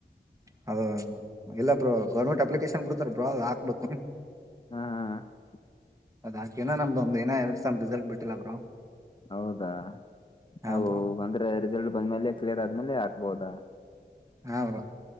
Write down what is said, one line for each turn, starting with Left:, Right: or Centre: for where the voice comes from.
Right: ಹೌದ್ ಹೌದ್ ಇಲ್ಲ ಬ್ರೋ ಗೌರ್ಮೆಂಟ್ ಅಪ್ಲಿಕೇಶನ್ ಬಿಡ್ತಾರ ಬ್ರೋ ಅದಾಕ್ಬೇಕು.
Left: ಹ ಹ ಹ.
Right: ಅದಾಕಿನ ನಮ್ದೊಂದ ಇನ್ ಎರಡ್ ಸೆಮ್ ರಿಸಲ್ಟ್ ಬಿಟ್ಟಿಲ್ಲ ಬ್ರೋ.
Left: ಹೌದಾ
Right: ಹಾ
Left: ಔ
Right: ಬ್ರೋ
Left: ಅಂದ್ರ ರಿಸಲ್ಟ್ ಬಂದ್ಮೇಲೆ ಕ್ಲಿಯರ್ ಆದ್ಮೇಲೆ ಆಕ್ಬೋದ.
Right: ಹಾ ಬ್ರೋ.